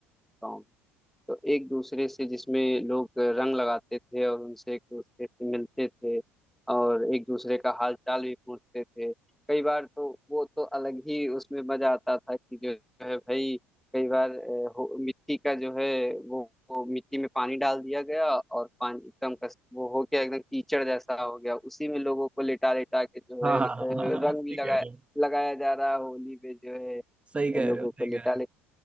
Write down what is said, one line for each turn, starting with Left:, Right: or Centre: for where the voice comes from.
Centre: गाँव में तो एक दूसरे से जिसमें लोग रंग लगाते थे और उनसे एक दूसरे से मिलते थे और एक दूसरे का हाल चाल भी पूछते थे कई बार तो वो तो अलग ही उसमें मजा आता था कि जो है भाई कई बार अ, हो- मिट्टी का जो है वो, वो मिट्टी में पानी डाल दिया गया और पानी एकदम कस वो हो गया एकदम कीचड़ जैसा हो गया उसी में लोगों को लिटा लिटा के जो
Right: हाँ
Centre: है
Right: हाँ
Centre: अ,
Right: हाँ हाँ,
Centre: रंग
Right: हाँ, सही
Centre: भी
Right: कह
Centre: लगाया
Right: रहे हो
Centre: लगाया जा रहा है होली पे जो है
Right: सही कह
Centre: लोगों
Right: रहे हो सही
Centre: को लिटा
Right: कह रहे हो